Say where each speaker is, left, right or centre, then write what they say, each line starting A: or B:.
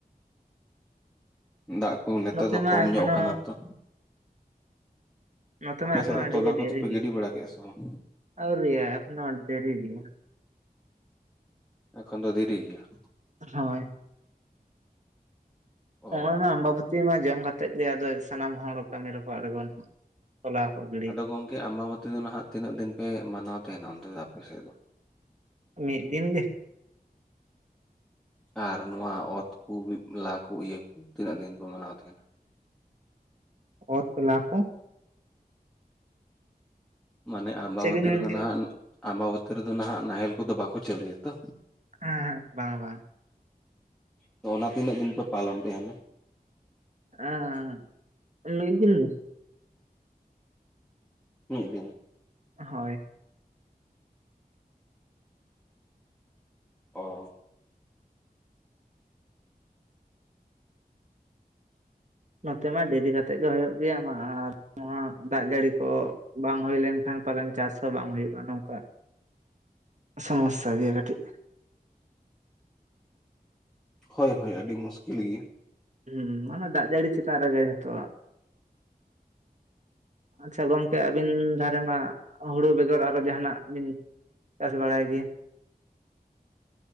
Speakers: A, in the centre; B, on the right.
A: ᱫᱟᱜ ᱠᱚ ᱱᱮᱛᱟᱨ
B: ᱱᱚᱛᱮ
A: ᱫᱚ
B: ᱢᱟ
A: ᱠᱚᱢ
B: ᱮᱠᱷᱚᱱᱳ
A: ᱧᱚᱜ ᱠᱟᱱᱟ ᱛᱚ
B: ᱱᱚᱛᱮ
A: ᱟᱯᱮ
B: ᱢᱟ ᱮᱠᱷᱚᱱ
A: ᱥᱮᱫ ᱫᱚ
B: ᱟᱹᱰᱤᱜᱮ
A: ᱛᱚᱞᱟ ᱠᱚᱫᱚ
B: ᱫᱮᱨᱤ
A: ᱯᱮ
B: ᱜᱮᱭᱟ
A: ᱜᱤᱰᱤ ᱵᱟᱲᱟ ᱠᱮᱜᱼᱟ ᱥᱮ ᱵᱟᱝ
B: ᱟᱹᱣᱨᱤ ᱮᱠᱷᱚᱱ ᱫᱨᱤ ᱜᱮᱭᱟ ᱾
A: ᱮᱠᱷᱚᱱ ᱫᱚ ᱫᱤᱨᱤ ᱜᱮᱭᱟ ᱾
B: ᱦᱳᱭ ᱾
A: ᱚ
B: ᱱᱚᱜᱼᱚᱭ ᱢᱟ ᱟᱢᱵᱟ ᱵᱟᱹᱛᱤ ᱢᱟ ᱡᱚᱢ ᱠᱟᱛᱮᱜ ᱜᱮ ᱟᱫᱚ ᱥᱟᱱᱟᱢ ᱦᱚᱲ ᱠᱟᱹᱢᱤ ᱨᱮᱠᱚ ᱟᱬᱜᱚᱱᱟᱚᱜ ᱦᱳᱞᱟ ᱠᱷᱚᱱᱜᱮ
A: ᱟᱫᱚ ᱜᱚᱝᱠᱮ ᱟᱢᱵᱟᱵᱟᱹᱛᱤ ᱫᱚ ᱱᱟᱦᱟᱜ ᱛᱤᱱᱟᱹᱜ ᱫᱤᱱ ᱯᱮ ᱢᱟᱱᱟᱣ ᱛᱟᱦᱮᱱᱟ ᱚᱱᱛᱮ ᱫᱚ ᱟᱯᱮ ᱥᱮᱫ ᱫᱚ?
B: ᱢᱤᱫ ᱫᱤᱱ ᱜᱮ
A: ᱟᱨ ᱱᱚᱣᱟ ᱚᱛᱠᱚ ᱵᱤᱫᱞᱟ ᱠᱚ ᱤᱭᱟᱹ ᱠᱚ ᱛᱤᱱᱟᱹᱜ ᱫᱤᱱ ᱠᱚ ᱢᱟᱱᱟᱣ ᱛᱟᱦᱮᱱᱟ
B: ᱚᱛ ᱞᱟᱠᱚ ᱦᱚᱸ
A: ᱢᱟᱱᱮ ᱟᱢᱵᱟᱵᱚᱛᱤ
B: ᱪᱮᱫ ᱵᱤᱱ ᱢᱮᱱ
A: ᱨᱮᱫᱚ
B: ᱠᱮᱫ
A: ᱱᱟᱦᱟᱜ ᱟᱢᱵᱟᱵᱚᱛᱤ ᱨᱮᱫᱚ ᱱᱟᱦᱟᱜ ᱱᱟᱦᱮᱞ ᱠᱚᱫᱚ ᱵᱟᱠᱚ ᱪᱟᱹᱞᱩᱭᱟᱛᱚ
B: ᱦᱮᱸ ᱦᱮᱸ ᱵᱟᱝ ᱵᱟᱝ
A: ᱦᱮᱸ ᱚᱱᱟ ᱛᱤᱱᱟᱹᱜ ᱫᱤᱱ ᱯᱮ ᱯᱟᱞᱚᱱ ᱛᱟᱦᱮᱸᱱᱟ?
B: <unintelligible>
A: ᱢᱤᱫ ᱫᱤᱱ
B: ᱦᱳᱭ
A: ᱚ
B: ᱱᱚᱛᱮ ᱢᱟ ᱫᱮᱨᱤ ᱠᱟᱛᱮᱫ ᱜᱮ ᱦᱩᱭᱩᱜ ᱜᱮᱭᱟ ᱢᱟ ᱟᱨ ᱱᱚᱣᱟ ᱫᱟᱜ ᱡᱟᱹᱲᱤ ᱠᱚ ᱵᱟᱝ ᱦᱩᱭ ᱞᱮᱱᱠᱷᱟᱱ ᱯᱟᱞᱮᱱ ᱪᱟᱥ ᱦᱚᱸ ᱵᱟᱝ ᱦᱩᱭᱩᱜᱼᱟ ᱱᱚᱝᱠᱟ <unintelligible> ᱥᱟᱢᱚᱥᱟ ᱜᱮᱭᱟ ᱠᱟᱴᱤᱜ
A: ᱦᱳᱭ ᱦᱳᱭ ᱟᱹᱰᱤ ᱢᱩᱥᱠᱤᱞ ᱜᱮ
B: ᱦᱩᱸ ᱢᱟᱱᱮ ᱫᱟᱜ ᱡᱟᱹᱲᱤ ᱪᱮᱛᱟᱱ ᱨᱮᱜᱮ ᱡᱚᱛᱚᱣᱟᱜ ᱟᱪᱪᱷᱟ ᱜᱚᱝᱠᱮ ᱟᱹᱵᱤᱱ ᱫᱷᱟᱨᱮᱱᱟᱜ ᱦᱩᱲᱩ ᱵᱮᱜᱚᱨ ᱟᱨᱚ ᱡᱟᱦᱟᱱᱟᱜ ᱵᱤᱱ ᱪᱟᱥ ᱵᱟᱲᱟᱭ ᱜᱮᱭᱟ?